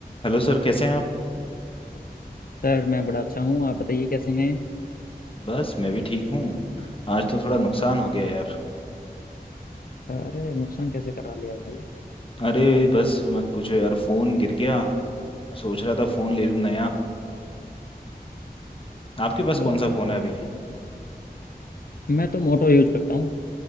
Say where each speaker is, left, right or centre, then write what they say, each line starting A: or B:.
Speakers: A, on the left; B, on the left.
A: हेलो सर कैसे हैं आप
B: सर मैं बड़ा अच्छा हूँ आप बताइए कैसे हैं
A: बस मैं भी ठीक हूँ आज तो थोड़ा नुकसान हो गया यार
B: अरे नुकसान कैसे करा लिया भाई
A: अरे बस मत पूछो यार फोन गिर गया सोच रहा था फोन ले लूँ नया आपके पास
B: ओहो
A: कौन सा फोन
B: हो
A: है अभी
B: ये तो- मैं तो मोटो यूज करता हूँ